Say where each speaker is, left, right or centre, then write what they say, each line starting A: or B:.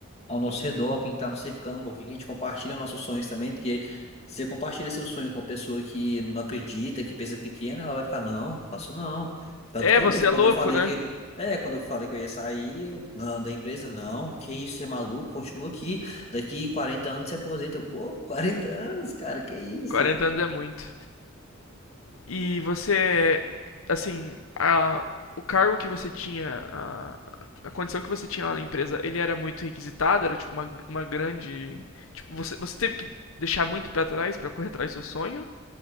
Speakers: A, on the left (about 30°); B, on the left (about 80°).
A: ao nosso redor, quem está nos cercando, com quem a gente compartilha nossos sonhos também, porque se você compartilha seu sonho com uma pessoa que não acredita, que pensa pequena, ela vai ficar, não, faço não. Tanto
B: É,
A: que eu
B: você
A: mesmo, quando
B: é louco,
A: eu falei
B: né?
A: que. É, quando eu falei que eu ia sair, eu, não, da empresa, não, que isso, você é maluco, continua aqui, daqui 40 anos você aposenta. Eu, pô, 40 anos, cara, que isso?
B: 40 anos é muito. E você. Assim, a, o cargo que você tinha, a, a condição que você tinha lá na empresa, ele era muito requisitado, era tipo uma, uma grande. Tipo, você, você teve que deixar muito para trás para correr atrás do seu sonho?